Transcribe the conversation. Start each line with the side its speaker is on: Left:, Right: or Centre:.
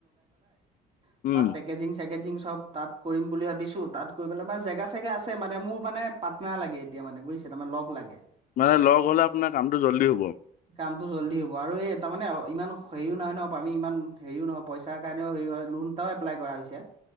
Right: <unintelligible>
Left: উম
Right: পেকেজিং চেকেজিং চব তাত কৰিম বুলি ভাবিছোঁ তাত কৰি পেলাই মানে জেগা চেগা আছে মানে মোৰ মানে পাট্নাৰ লাগে, এতিয়ানে বুজিছ তাৰমাৰ লগ লাগে
Left: মানে লগ হলে আপোনাৰ কামটো জল্দি হ'ব
Right: কামত জল্দি হব, আৰু এই তাৰমানে অ ইমান হেৰিও নহয় নহয় আমি ইমান হেৰিও নহ পইচাৰ কাৰণেও হেৰি হয় লোন এটাও এপ্লাই কৰা হৈছে